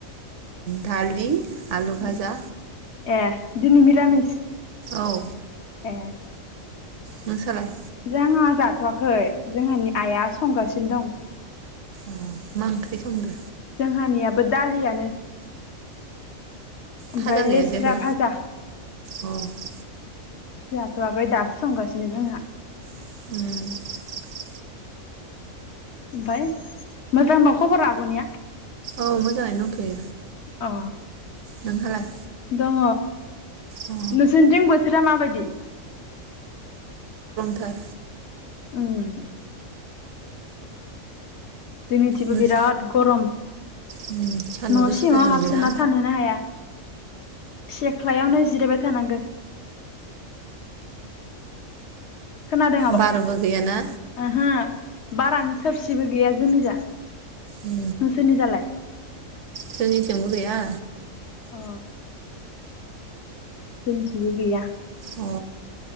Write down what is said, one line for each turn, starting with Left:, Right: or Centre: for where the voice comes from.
Right: दालि आलु भाजा
Left: उम ए दिनि मिरामिस
Right: ओउ
Left: ए
Right: नोंसालाय
Left: जोंहा जाथवाखै जोंहानि आइया संगासिनो दं
Right: अ मा ओंख्रि संदो
Left: जोंहानियाबो दालियानो
Right: भाजा
Left: ओमफ्राय लेस्रा
Right: गैया जेबो
Left: फाजा
Right: अ उम
Left: जोहाथवाखै दासो संगासिनो जोंहा
Right: <inaudible>
Left: ओमफाय मोजांबा खबरा आबनिया
Right: ओउ मोजाङैनो दंथयो
Left: अ
Right: नोंहालाय
Left: दङ
Right: अ
Left: नोंसोरथिं बोथोरा माबायदि
Right: थार
Left: ओं जोनिथिंबो
Right: नोंस
Left: बिराद गरम
Right: उम सान्दुं
Left: न
Right: गोसाथार
Left: सिङाव
Right: दुंदो
Left: हाबसोना
Right: ना
Left: थानोनो हाया। सेख्लायावनो जिरायबाय थानांगो खोनादों आब
Right: बारबो गैयाना
Left: ओहो। बारानो थोबसिबो गैया जोंनि जा
Right: उम
Left: नोंसोनिजालाय
Right: जोंनिथिंबो गैया।
Left: अ जोंनिथिंबो गैया।
Right: अ